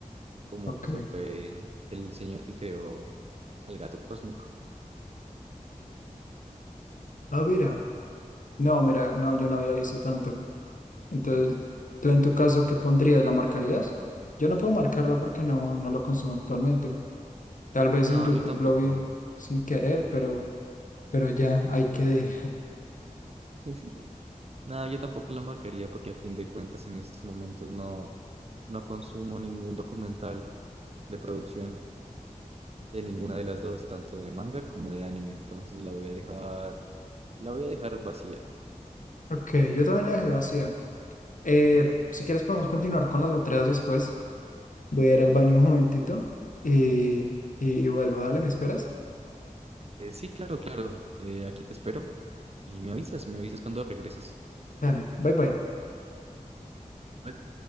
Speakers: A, on the right; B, on the left.
A: como
B: Ok.
A: pues lo fue el señor que creó al gato cósmico.
B: Ah, mira. No, mira, no, yo no había visto tanto. Entonces, ¿tú en tu caso qué pondrías? ¿La marcarías? Yo no puedo marcarla porque no, no lo consumo actualmente. Tal vez
A: No,
B: en YouTube
A: yo tampoco.
B: lo vi sin querer, pero, pero ya, ahí quedé. <laughs>
A: <laughs> No, yo tampoco la marcaría porque a fin de cuentas en estos momentos no, no consumo ningún documental de producción de ninguna de las dos, tanto de manga como de anime, entonces la voy a dejar, la voy a dejar vacía.
B: Ok, yo también la dejé vacía. Eh, si quieres podemos continuar con las otras después. Voy a ir al baño un momentito y, y, y vuelvo. Dale, ¿me esperas?
A: Eh, sí, claro, claro, eh, aquí te espero y me avisas, me avisas cuando regreses.
B: Dale, bye bye.
A: Bye.